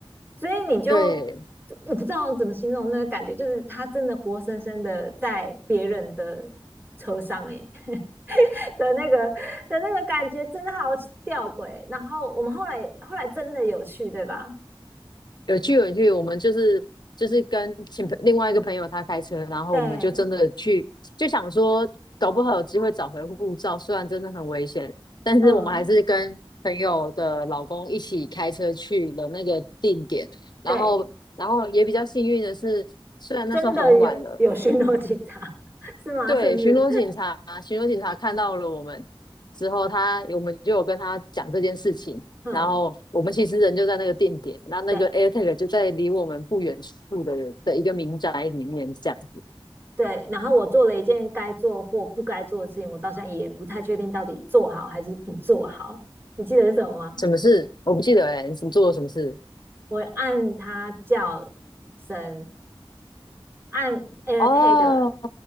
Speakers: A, on the right; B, on the left.
A: 所以你就
B: 对，
A: 我不知道怎么形容那个感觉，就是它真的活生生的在别人的车上、欸，哎 <laughs> 的那个的那个感觉真的好吊诡。然后我们后来后来真的有去，对吧？
B: 有去有去，我们就是就是跟请朋另外一个朋友他开车，然后我们就真的去，
A: 对，
B: 就想说搞不好有机会找回护照，虽然真的很危险，但是我们还是跟朋友的老公一起开车去了那个定点，
A: 嗯，
B: 然后然后也比较幸运的是，
A: 对。
B: 虽然那时候很晚了，
A: 真的有有巡逻警察是吗？
B: 对，
A: 是不是？
B: 巡逻警察，巡逻警察看到了我们之后他，我们就有跟他讲这件事情。
A: 嗯，
B: 然后我们其实人就在那个定点，那那个
A: 对
B: AirTag 就在离我们不远处的人的一个民宅里面这样子。
A: 对。然后我做了一件该做或不该做的事情，我到现在也不太确定到底做好还是不做好。你记得是什么吗？
B: 什么事？我不记得哎、欸你什么做了什么事？
A: 我按它叫声，按 AirTag，
B: 哦，